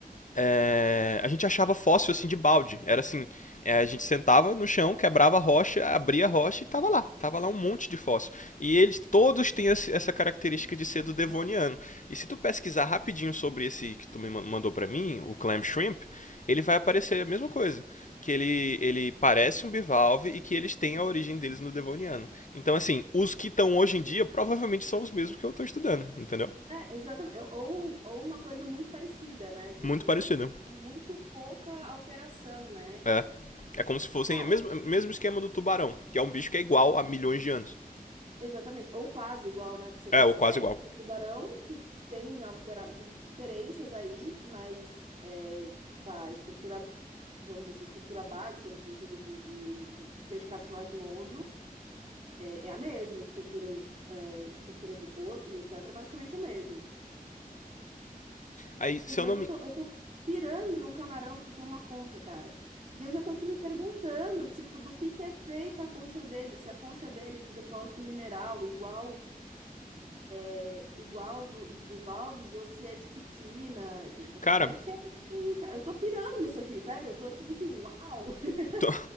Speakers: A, on the left; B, on the right.
A: é, a gente achava fóssil assim de balde. Era assim, é, a gente sentava no chão, quebrava a rocha, abria a rocha e tava lá. Tava lá um monte de fóssil. E eles todos têm essa característica de ser do Devoniano. E se tu pesquisar rapidinho sobre esse que tu me mandou para mim, o clam shrimp, ele vai aparecer a mesma coisa. Que ele, ele parece um bivalve e que eles têm a origem deles no Devoniano. Então, assim, os que estão hoje em dia provavelmente são os mesmos que eu tô estudando, entendeu?
B: É, exatamente. Ou, ou uma coisa muito parecida, né? Tipo,
A: Muito parecido.
B: mu- muito pouca alteração, né?
A: É. É como se fossem
B: Cara,
A: o mesmo, mesmo esquema do tubarão, que é um bicho que é igual há milhões de anos.
B: Exatamente, ou quase igual, né? Porque você
A: É,
B: tem
A: ou
B: espécies
A: quase igual.
B: de tubarão que tem altera... di- diferenças aí, mas é, pá, estrutura, vamos dizer assim, estrutura básica no sentido de, de, de, de peixe cartilaginoso é, é a mesma, estruturas, é, estruturas do corpo e etc. é basicamente o mesmo.
A: Aí, se
B: Gente,
A: eu
B: mas
A: não
B: eu
A: me.
B: tô, eu tô pirando num camarão que tem uma concha, cara. E eu já tô aqui me perguntando, tipo, do que que é feita a concha dele, se a concha dele é de depósito mineral, igual. é, igual do- dos bivalves ou se é de quitina. E- e
A: Cara,
B: Como é que é isso aí, cara? Eu tô pirando nisso aqui, sério. Eu tô tipo assim, uau! <laughs>
A: <laughs> tu,